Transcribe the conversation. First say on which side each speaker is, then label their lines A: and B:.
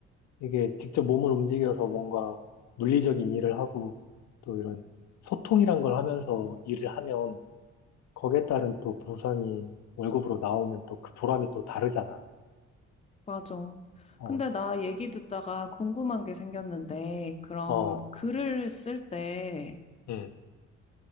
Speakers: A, on the left (about 65°); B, on the left (about 20°).
A: 이게 직접 몸을 움직여서 뭔가 물리적인 일을 하고 또 이런 소통이란 걸 하면서 일을 하면 거기에 따른 또 보상이 월급으로 나오면 또 그 보람이 또 다르잖아.
B: 맞아.
A: 어,
B: 근데 나 얘기 듣다가 궁금한 게 생겼는데 그럼
A: 어,
B: 글을 쓸 때
A: 음,